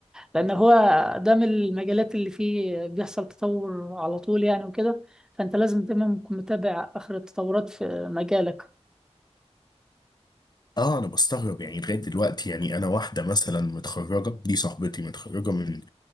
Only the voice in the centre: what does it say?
لان هو ده من المجالات اللي فيه بيحصل تطور على طول يعني وكده فانت لازم دايما تكون متابع اخر التطورات في مجالك